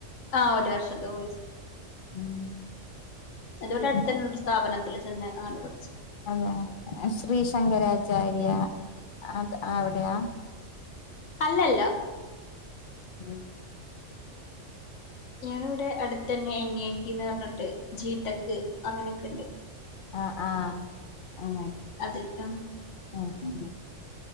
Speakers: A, on the left (about 75°); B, on the left (about 55°).
A: ആഹ് ഒരു വർഷത്തെ കോഴ്‌സ്
B: ഉം
A: അത് വടെ
B: പിന്നെ
A: അടുത്തന്നെ ഒരു സ്ഥാപനത്തിൽ ചെന്ന് അങ്ങനെ പഠി
B: അതോ ശ്രീ ശങ്കരാചാര്യ അത് അവിടെയാ
A: അല്ലല്ല
B: ഉം
A: ഞാനിവിടെ അടുത്ത തന്നെ എൻ ഐ ടി ന്ന് പറഞ്ഞിട്ട് ജീടെക്ക് അങ്ങനെയൊക്കെ ഉണ്ട്
B: ആഹ് ആഹ് അങ്ങനെ
A: അതിൽ ഉം
B: ഉം ഉം